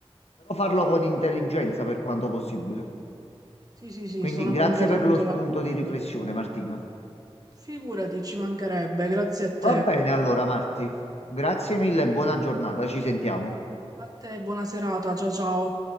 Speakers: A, on the left; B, on the right.
A: però farlo
B: Sì,
A: con intelligenza per quanto possibile.
B: sì, sì, sì,
A: Quindi
B: sono
A: grazie
B: completamente
A: per lo spunto
B: d'accordo.
A: di riflessione, Martina.
B: Figurati, ci mancherebbe, grazie a te.
A: Va bene allora, Marti. Grazie mille e buona giornata. Ci sentiamo.
B: A te, buona serata, ciao ciao.